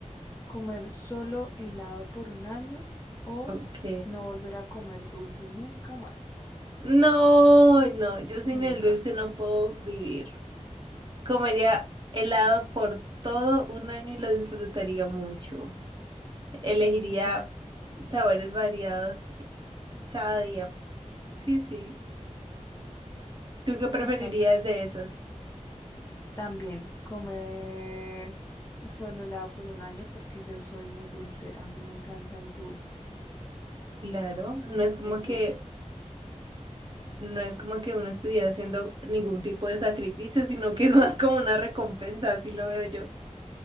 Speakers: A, on the left; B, on the right.
A: ¿Comer solo helado por un año o
B: Ok.
A: no volver a comer dulce nunca más?
B: No, no, yo
A: Nunca.
B: sin el dulce no puedo vivir. Comería helado por todo un año y lo disfrutaría mucho. Elegiría
A: O sea,
B: sabores variados cada día. Sí, sí. ¿Tú qué preferirías
A: o sea, pre-
B: de esos?
A: también comer solo helado por un año porque yo soy muy dulcera. A mí me encanta el dulce.
B: Claro, no
A: Entonces,
B: es como que no es como que uno estuviera haciendo ningún tipo de sacrificio, sino que es más como una recompensa, así lo veo yo.